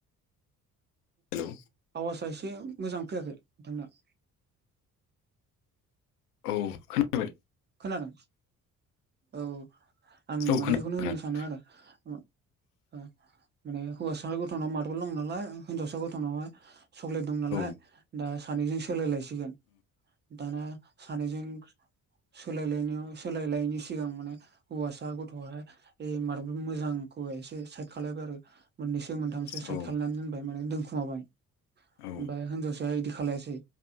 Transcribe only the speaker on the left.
हेलौ
औ खोनादों ना?
औ
खोनादों
खोनादों
औ
उम औ
औ